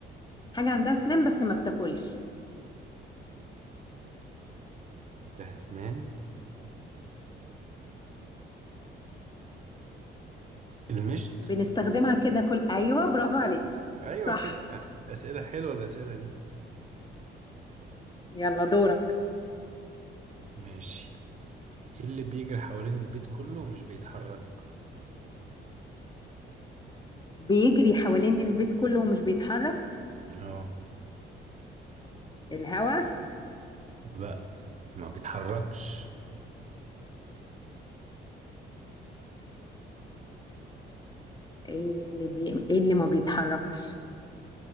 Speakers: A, on the left; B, on the right.
A: حاجة عندها أسنان بس ما بتاكلش
B: ده اسنان المشط
A: بنستخدمها كده كل أيوه برافو عليك
B: ايوه
A: صح
B: كده اسئله حلوه الاسئله دي
A: يلا دورك
B: ماشي ايه اللي بيجري حوالين البيت كله ومش بيتحرك
A: بيجري حوالين البيت كله ومش بيتحرك
B: اه
A: الهوا
B: لا ما بيتحركش
A: إيه اللي بي... إيه اللي ما بيتحركش